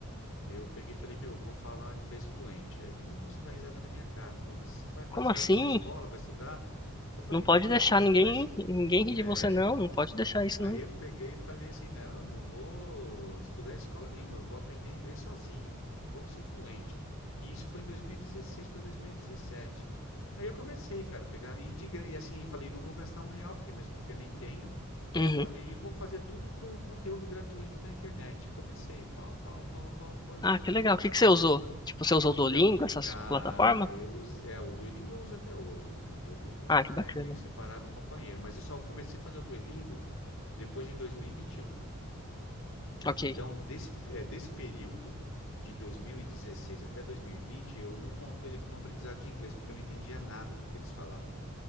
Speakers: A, on the left (about 70°); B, on the left (about 20°).
A: eu peguei e falei, meu, eu vou falar inglês fluente. Aí todo mundo começou a dar risada na minha cara. Falou, mas você vai fazer,
B: Como assim?
A: vai fazer escola, vai estudar? Eu falei,
B: Não pode
A: não,
B: deixar
A: não vou estudar.
B: ninguém,
A: es-
B: ninguém rir
A: É.
B: de você, não. Não pode deixar isso,
A: Aí
B: não.
A: eu peguei e falei assim, não, não vou estudar em escola nenhuma, eu vou aprender inglês sozinho e vou ser fluente. E isso foi em 2016 para 2017. Aí eu comecei, cara, a pegar e, de gra- e assim, falei, não vou gastar um real, porque mesmo porque eu nem tenho,
B: Uhum.
A: e falei, e vou fazer tudo com conteúdo gratuito na internet. E Comecei, pau, pau, pau, pau, foi,
B: Ah,
A: foi,
B: que
A: foi.
B: legal. O que que você usou? Tipo, você usou o
A: Então,
B: Duolingo, essas
A: cara,
B: plataformas?
A: eu, us- é, o Duolingo eu uso até hoje, né? O Duolingo
B: Ah, que
A: é
B: bacana.
A: meu inseparável companheiro, mas eu só comecei a fazer o Duolingo depois de 2021.
B: Ok.
A: Então, desse, é, desse período de 2016 até 2020, eu não conto ele como aprendizado de inglês, porque eu não entendia nada do que eles falavam.